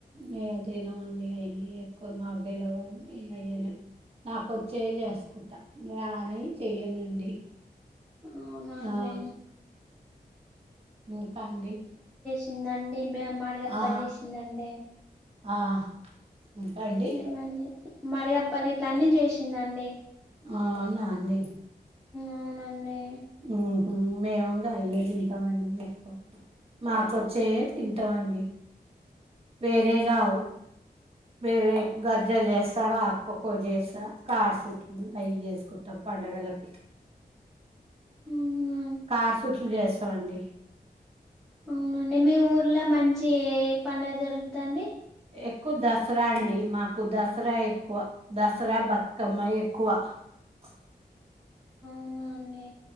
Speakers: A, on the right; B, in the centre.
A: మేమ్ తినం అండి అయి ఎక్కువ దెలువదు మేము వెయ్యం నాకొచ్చేవి చేసుకుంటా రాని చెయ్యనండి
B: అవునాండి
A: ఆ ఇంక అండి
B: ఇదండి బేమాడిగప్పలు
A: ఆ
B: చేసిందండి
A: ఆ ఇంకా అండి
B: లెవండి మడిగప్పలి ఇట్లన్నీ చేసిందండి
A: ఆ అవునా అండీ
B: అవునండి
A: ఉమ్ మేము అయ్యే దింట మండి ఎక్కువ మాకోచ్చే యే తింటామండి వేరే రావ్ వేరే గజ్జల్ చేస ఆక్పోకోవ చేస కార్ చుట్ అయి చేసుకుంటా ప పండగలకి
B: ఉమ్మా
A: కార్ సుట్లు చేస్తామండి
B: అవునండి మీ ఊర్లో మంచి ఎ పండుగ జరుగుద్దాండి
A: ఎక్కువ దసరా అండి మాకు దసరా ఎక్కువ దసరా బతుకమ్మ ఎక్కువ ప్చ్
B: అవునండి